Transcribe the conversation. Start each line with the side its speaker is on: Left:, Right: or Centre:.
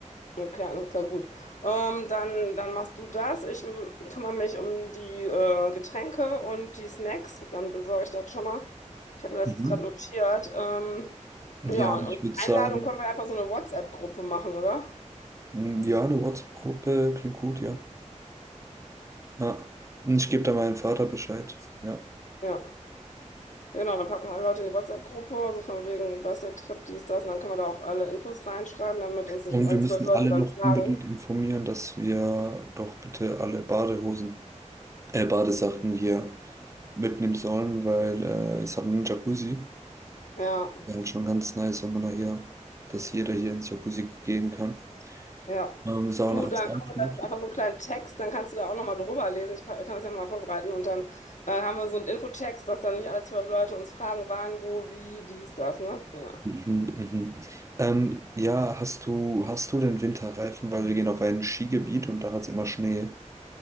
Left: Okay, alles klar, gut. Ähm, dann, dann machst du das. Ich m, kümmere mich um die äh, Getränke und die Snacks. Dann besorge ich das schon mal. Ich habe mir das
Right: Mhm.
Left: jetzt gerade notiert. Ähm,
Right: Ja,
Left: ja,
Right: und
Left: und
Right: ich
Left: die
Right: würde sagen,
Left: Einladung können wir einfach so eine WhatsApp-Gruppe machen, oder?
Right: mh, ja, eine WhatsApp-Gruppe klingt gut, ja. Ja. Und Ich gebe da meinem Vater Bescheid. Ja.
Left: Ja. Genau, dann packen alle Leute in die WhatsApp-Gruppe, so von wegen Basteltrip, dies, das. Und dann können wir da auch alle Infos reinschreiben, damit uns nicht
Right: Und
Left: alle
Right: wir müssen
Left: zwölf Leute
Right: alle
Left: dann
Right: noch
Left: fragen.
Right: unbedingt informieren, dass wir doch bitte alle Badehosen, äh, Badesachen hier mitnehmen sollen, weil äh, es hat einen Jacuzzi.
Left: Ja.
Right: Wäre halt schon ganz nice, wenn man da hier, dass jeder hier ins Jacuzzi gehen kann.
Left: Ja.
Right: Ähm, Sauna
Left: Du,
Right: hat's
Left: dann
Right: auch
Left: machen wir
Right: noch.
Left: das einfach so einen kleinen Text, dann kannst du da auch nochmal drüber lesen. Ich ver- kann das ja mal vorbereiten. Und dann äh, haben wir so einen Infotext, dass dann nicht alle zwölf Leute uns fragen, wann, wo, wie, dies, das, ne? Ja.
Right: Mhm, mhm. Ähm, ja, hast du, hast du den Winterreifen, weil wir gehen auf ein Skigebiet und da hat es immer Schnee.